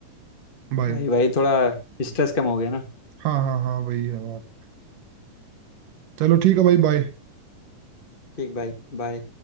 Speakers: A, on the right; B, on the left.
A: बाय
B: भाई भाई थोड़ा स्ट्रेस कम हो गया ना
A: हाँ हाँ हाँ वही है बात चलो ठीक है भाई बाय
B: ठीक भाई बाय